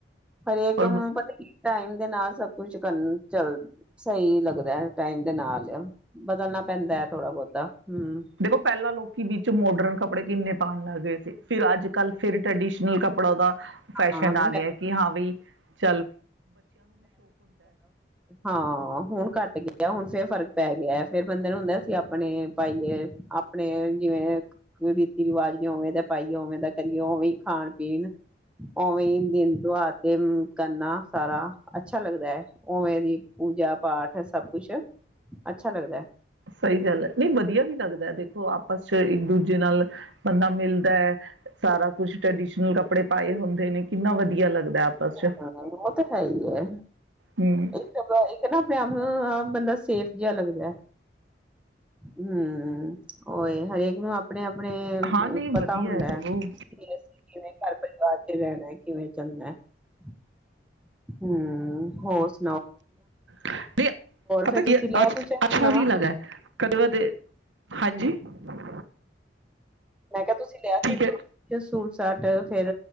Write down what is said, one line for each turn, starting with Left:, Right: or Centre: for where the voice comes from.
Centre: ਹਰੇਕ
Right: ਪਰ
Centre: ਪਤਾ ਟਾਈਮ ਦੇ ਨਾਲ ਸਭ ਕੁਛ ਕਰਨ ਚੱਲ, ਸਹੀ ਲੱਗਦਾ ਹੈ ਟਾਈਮ ਦੇ ਨਾਲ, ਬਦਲਣਾ ਪੈਂਦਾ ਹੈ ਥੋੜਾ ਬਹੁਤਾ। ਹਮ
Right: ਦੇਖੋ, ਪਹਿਲਾਂ ਲੋਕੀ ਵਿੱਚ ਮੋੜ ਗਰਮ ਕੱਪੜੇ ਕਿੰਨੇ ਪਾਉਣ ਲੱਗ ਗਏ ਸੀ ਫਿਰ ਅੱਜ ਕੱਲ ਫਿਰ ਟਰਡਡੀਸ਼ਨਲ ਕਪੜਾ ਦਾ ਫੈਸ਼ਨ
Centre: ਹਾਂ
Right: ਆ
Centre: ਮੈਂ
Right: ਗਿਆ ਕਿ ਹਾਂ ਵੀ <inaudible>
Centre: ਹਾਂ ਹੁਣ ਘੱਟ ਗਿਆ ਹੁਣ ਫੇਿਰ ਫ਼ਰਕ ਪੈ ਗਿਆ ਫੇਿਰ ਬੰਦੇ ਨੂੰ ਹੁੰਦਾ ਅਸੀਂ ਆਪਣੇ ਪਾਈਏ ਆਪਣੇ ਜਿਵੇਂ ਰੀਤੀ ਰਿਵਾਜ ਉਵੇਂ ਦਾ ਪਾਈਏ ਉਵੇਂ ਦਾ ਕਰੀੲੇ ਕਿਉ ਵੀ ਖਾਣ ਪੀਣ ਉਵੇਂ ਹੀ ਦਿਨ ਤੋਂ ਤਿਉਹਾਰ ਤੇ ਕਰਨਾ ਸਾਰਾ ਅੱਛਾ ਅੱਛਾ ਲੱਗਦਾ ਹੈ ਉਓਵੇਂ ਦੀ ਪੂਜਾ ਪਾਠ ਸਬ ਕੁਛ ਅੱਛਾ ਲੱਗਦਾ ਹੈ
Right: ਸਹੀ ਗੱਲ ਹੈ ਨਹੀਂ ਵਧੀਆ ਨੀ ਲੱਗਦਾ ਦੇਖੋ ਆਪਸ ਚ ਇੱਕ ਦੂੂਰ ਜ ਨਾਲ ਨਾਲ ਬੰਨਾ ਮਿਲਦਾ ਹੈ ਸਾਰਾ ਕੁਛ ਟ੍ਰੈਡੀਸ਼ਨਲ ਕੱਪੜੇ ਪਾਏ ਹੁੰਦੇ ਨੇ ਕਿੰਨਾ ਵਧੀਆ ਲੱਗਦਾ ਆਪਸ
Centre: ਉਹ
Right: ਚ
Centre: ਤੇ ਹੈ ਈ ਏ।
Right: ਹਮ
Centre: ਇੱਕ ਬ ਇੱਕ ਨਾ ਆਪਣੇ ਆਪ ਨੂੰ ਆਪ ਬੰਦਾ ਸੇਫ ਜਿਹਾ ਲੱਗਦੈ। ਹੂੰ, ਔਏ ਹਰੇਕ ਨੂੰ ਅਪ ਅਪਣੇ-ਅਪਣੇ
Right: ਹਾਂ ਨਹੀਂ
Centre: ਪਤਾ
Right: ਵਧੀਆ
Centre: ਹੁੰਦੈ
Right: ਹੈ ਸਗੋਂ
Centre: ਬਈ ਅਸੀਂ ਕਿਵੇਂ ਘਰ ਪਰਿਵਾਰ ਰਹਿਣੈ, ਕਿਵੇਂ ਚਲਣੈ। <unintelligible> ਹੂੰ, ਹੋ ਸ
Right: ਨਈ ਪਤੈ
Centre: ਫੇਰ ਤੁਸੀਂ
Right: ਕੀ ਐ,
Centre: ਲਿਆ
Right: ਅੱਛ,
Centre: ਕੁਛ
Right: ਅੱਛਾ
Centre: ਨਵਾਂ
Right: ਨੀ ਲਗਾ ਐ। ਕਦੇ-ਕਦੇ ਹਾਂਜੀ ਹ
Centre: ਮੈਂ ਕਿਆ ਤੁਸ ਲਿਆ
Right: ਠੀਕ
Centre: ਫਿਰ,
Right: ਹੈ
Centre: ਹੇ ਸੂਟ ਸਾਟ ਫੇਰ